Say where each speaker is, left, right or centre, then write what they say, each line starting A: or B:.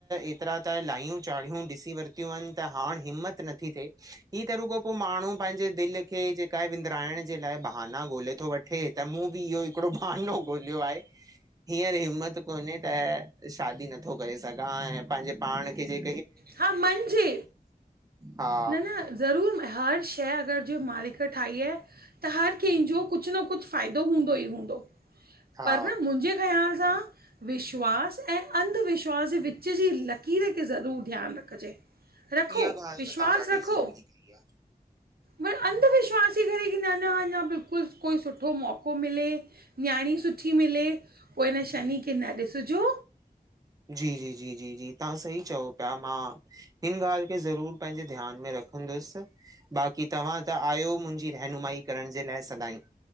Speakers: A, on the right (about 25°); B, on the right (about 75°).
A: एतिरा त लायूं चाढ़ियूं ॾिसी वरतियूं आहिन, ता हाण हिमथ न ती थे, ही त रुॻो पोइ माण्हू पंहिंजे दिल खे क विंदराइण जे लाइ बहाना ॻोल्हे थो वठे त मूं बि इहो हिकिड़ो बहानो ॻोल्हियो आहे हींअर हिमथ कोन्हे त, शादी नथो करे सघां ऐं पंहिंजे पाण खे जेक
B: हा मिञजे,
A: हा
B: न न ज़रूर हर शइ अगर जे मालिक ठाही आहे त हर कंहिंजो कुझु न कुझु फ़ाइदो हूंदो ई हूंदो
A: हा
B: पर न मुंहिंजे ख़्याल सां विश्वास ऐं अंधविश्वास जे विच जी लकीर खे ज़रूर ध्यानु रखिजे, रखो
A: इहा ॻाल्हि
B: विश्वास
A: त तव्हां ॾाढी
B: रखो
A: ज़रूरी कई आहे
B: पर अंधविश्वास जे करे की न-न अञां बिल्कुलु कोई सुठो मौक़ो मिले न्याणी सुठी मिले पोइ इन शनि खे न ॾिसिजो
A: <inaudible> जी जी जी जी जी तव्हां सही चओ पिया, मां हिन ॻाल्हि खे ज़रूर पंहिंजे ध्यान में रखंद सि बाक़ी तव्हां त आयो मुंहिंजी रहनुमाई करण जे लाइ सदांई। <inaudible>